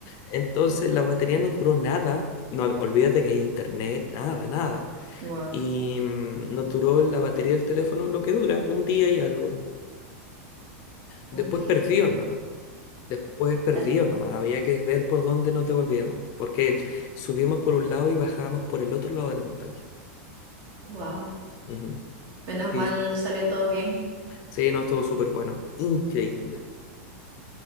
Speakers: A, on the left (about 45°); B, on the right (about 45°).
A: Entonces la batería no duró nada, no, hab- olvídate que hay internet, nada, nada.
B: Wow,
A: Y mm, nos duró la batería del teléfono lo que dura, un día y algo. Después
B: un día.
A: perdió nomás, después perdió
B: <laughs>
A: nomás, había que ver por dónde nos devolvíamos, porque el- subíamos por un lado y bajábamos por el otro lado de la montaña.
B: Wow.
A: Ujú.
B: Menos mal
A: Sí,
B: salió todo bien.
A: sí, no, estuvo súper bueno, increíble.